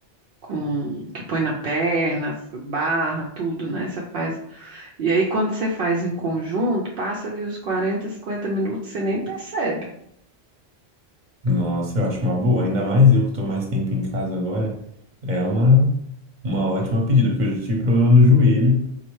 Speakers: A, on the right; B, on the right.
A: com que põe na perna, barra, tudo, né? Você faz. E aí quando você faz em conjunto, passa ali os 40, 50 minutos, você nem percebe,
B: Nossa, eu acho uma boa. Ainda mais eu que tô mais tempo em casa agora. É uma, uma ótima pedida, porque eu já tive problema no joelho